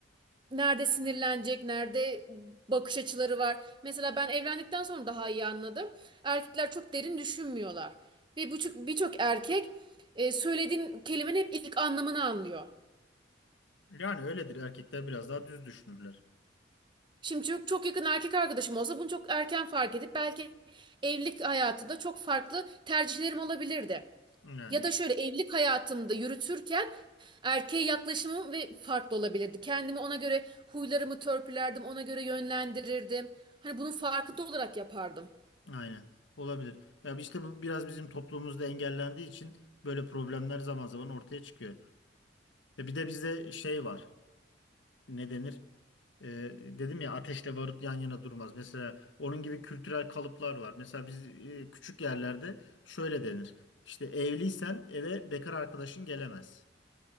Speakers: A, on the right; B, on the left.
A: Nerede sinirlenecek, nerede bakış açıları var. Mesela ben evlendikten sonra daha iyi anladım. Erkekler çok derin düşünmüyorlar. Ve birçok birçok erkek e, söylediğin kelimenin hep ilk anlamını anlıyor.
B: Yani öyledir. Erkekler biraz daha düz düşünürler.
A: Şimdi çok, çok yakın erkek arkadaşım olsa bunu çok erken fark edip belki evlilik hayatında çok farklı tercihlerim olabilirdi.
B: Yani.
A: Ya da şöyle evlilik hayatımda yürütürken erkeğe yaklaşımım ve farklı olabilirdi. Kendimi ona göre huylarımı törpülerdim, ona göre yönlendirirdim. Hani bunun farkında olarak yapardım.
B: Aynen. Olabilir. Ya işte bu biraz bizim toplumumuzda engellendiği için böyle problemler zaman zaman ortaya çıkıyor. Ya bir de bizde şey var. ne denir? Ee, dedim ya ateşle barut yan yana durmaz. Mesela onun gibi kültürel kalıplar var. Mesela biz e, küçük yerlerde şöyle denir. İşte evliysen eve bekar arkadaşın gelemez.